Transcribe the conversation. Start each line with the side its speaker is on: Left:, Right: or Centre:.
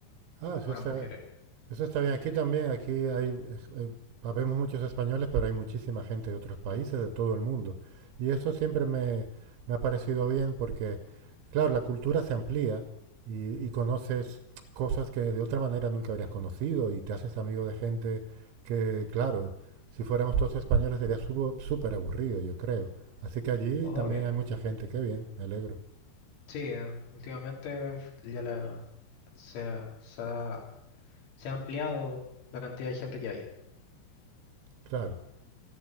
Right: Ah,
Left: buenas
Right: eso es,
Left: mujeres,
Right: Eso está bien. Aquí también, aquí hay, eh, eh, habemos muchos españoles, pero hay muchísima gente de otros países, de todo el mundo. Y eso siempre me, me ha parecido bien porque, claro, la cultura se amplía y, y conoces cosas que de otra manera nunca habrías conocido y te haces amigo de gente que, claro, si fuéramos todos españoles sería subo- súper aburrido, yo creo. Así que allí
Left: obvio.
Right: también hay mucha gente. Qué bien, me alegro.
Left: Sí, eh, últimamente f- ya la, se, ha, se ha se ha ampliado la cantidad de gente que hay.
Right: Claro.